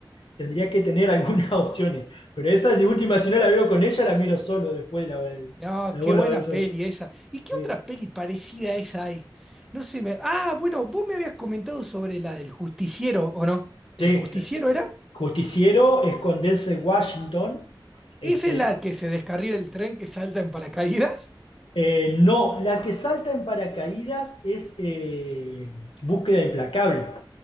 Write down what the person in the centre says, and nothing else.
No, qué
buena
peli esa. ¿Y qué
otra peli parecida a esa hay? No sé, me. Ah, bueno, vos me habías comentado sobre la del justiciero, ¿o no?
¿El justiciero era?
¿Esa
es la que se descarrila el tren que salta en paracaídas?